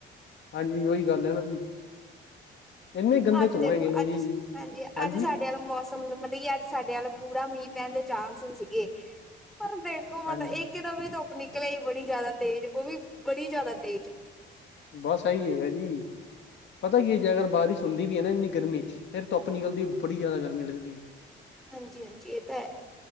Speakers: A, on the left (about 65°); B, in the centre.
A: ਹਾਂਜੀ। ਉਹੀ ਗੱਲ ਹੈ ਨਾ ਜੀ। ਇੰਨੇ ਗੰਦੇ
B: ਅੱਜ
A: ਧੂੰਏ
B: ਦੇਖੋ
A: ਹੈਗੇ ਨੇ
B: ਅੱਜ
A: ਜੀ, ਹਾਂਜੀ।
B: ਅੱਜ ਸਾਡੇ ਮੌਸਮ ਮਤਲਬ ਕਿ ਅੱਜ ਸਾਡੇ ਵੱਲ ਪੂਰਾ ਮੀਂਹ ਪੈਣ ਦੇ ਚਾਂਸ ਸੀਗੇ। ਪਰ ਹੋ
A: ਹਾਂਜੀ
B: ਮਤਾ ਇੱਕਦਾ ਮ ਧੁੱਪ ਨਿਕਲ ਆਈ ਹੀ ਬੜੀ ਜਿਆਦਾ ਤੇਜ਼, ਉਹ ਵੀ ਬੜੀ ਜਿਆਦਾ ਤੇਜ਼।
A: ਬਸ ਇਹੀ ਹੈਗਾ ਜੀ। ਪਤਾ ਕੀ ਜੇ ਅਗਰ ਬਾਰਿਸ਼ ਹੁੰਦੀ ਵੀ ਹੈ ਨਾ ਇੰਨੀ ਗਰਮੀ 'ਚ ਫੇਰ ਧੁੱਪ ਨਿਕਲਦੀ, ਬੜੀ ਜਿਆਦਾ ਗਰਮੀ ਲੱਗਦੀ।
B: ਹਾਂਜੀ- ਹਾਂਜੀ, ਇਹ ਤਾਂ ਹੈ।